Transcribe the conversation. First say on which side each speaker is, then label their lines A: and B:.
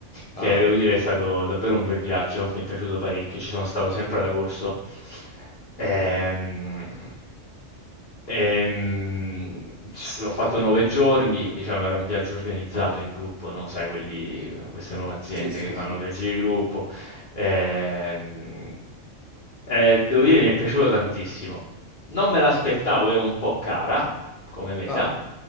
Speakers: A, on the left; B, on the left.
A: che
B: Ah,
A: devo dire è stato davvero un bel viaggio, mi è piaciuto parecchio, ci sono stato sempre ad agosto. Ehm,
B: ok.
A: ehm, ci so- ho fatto nove giorni, diciamo era un viaggio organizzato in gruppo, no? Sai, quelli, queste nuove aziende
B: Sì, sì,
A: che fanno
B: sì.
A: viaggi di gruppo. Ehm, eh, devo dire, che mi è piaciuto tantissimo. Non me l'aspettavo, è un po' cara come meta.
B: Ah,